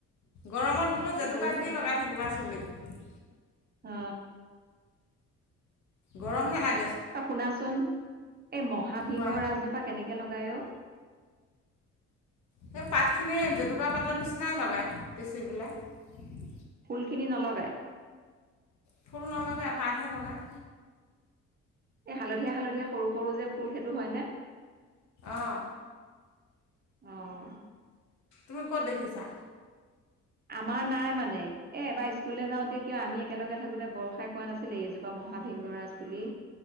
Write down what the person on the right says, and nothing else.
সেইটোও
হয়
অ
ত শুনাচোন এই মহা ভিংগ
ৰাজজোপা কেনেকে লগায় অ
ফুলখিনি নলগাই
এ হালধীয়া হালধীয়া সৰু সৰু যে ফুল সেইটো হয় নে?
আহ
আমাৰ নাই মানে এবাৰ স্কুলে যাওঁতে কিয় আমি একেলগে থাকোতে বৰ খাই কোৱা নাছিলে? এইজোপা মহাবিংগৰাজ বুলি